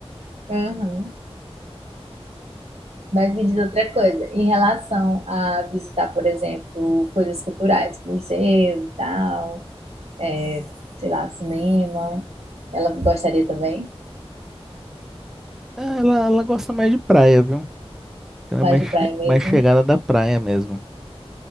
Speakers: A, on the right; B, in the centre.
A: Aham. Mas me diz outra coisa, em relação a visitar, por exemplo, coisas culturais, museu e tal, é, sei lá, cinema, ela gostaria também,
B: Ah, ela, ela gosta mais de praia, viu? Ela
A: mais
B: é mais,
A: de
B: che-
A: praia mesmo.
B: mais chegada da praia mesmo.